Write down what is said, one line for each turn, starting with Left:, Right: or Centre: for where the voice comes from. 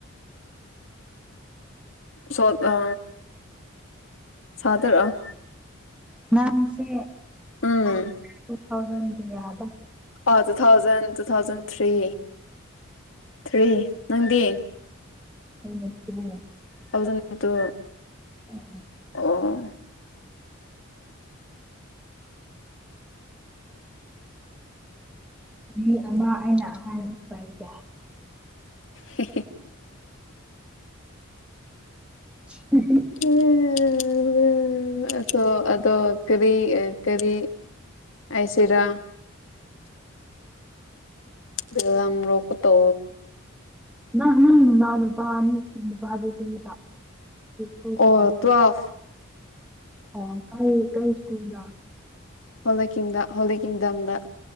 Left: ꯁꯣꯠ ꯑ ꯁꯥꯇꯔ ꯑ
Centre: ꯅꯪꯁꯦ
Left: ꯎꯝ
Centre: ꯇꯨ ꯊꯥꯎꯖꯟ ꯀꯌꯥꯗ
Left: ꯑ two thousand two thousand three three ꯅꯪꯗꯤ
Centre: ꯀꯩꯅꯣ ꯁꯤꯕꯨ
Left: ꯊꯥꯎꯖꯟ ꯇꯨ
Centre: ꯎꯝ
Left: <unintelligible>
Centre: ꯃꯤ ꯑꯃ ꯑꯩꯅ ꯑꯍꯥꯟꯕ <unintelligible>
Left: ꯍꯦꯍꯦ
Centre: <unintelligible>
Left: <unintelligible> ꯑꯇꯣ ꯑꯗꯣ ꯀꯔꯤ ꯀꯔꯤ ꯍꯥꯏꯁꯤꯔꯥ
Centre: <inaudible>
Left: ꯕꯤꯠꯔꯝꯔꯣꯛꯄꯇꯣ
Centre: ꯅꯪ <unintelligible> ꯅꯅꯥꯎ ꯅꯨꯄꯥꯅꯤ ꯅꯨꯄꯥꯗꯨ ꯀꯔꯤ ꯇꯧꯄ꯭ꯔꯣ
Left: ꯑꯣ ꯇꯨꯋꯦꯜꯐ
Centre: <unintelligible> ꯀꯔꯤ ꯀꯔꯤ ꯁ꯭ꯀꯨꯜꯗ
Left: ꯍꯣꯂꯤꯛ ꯀꯤꯡꯗ ꯍꯣꯂꯤꯛ ꯀꯤꯡꯗꯝꯗ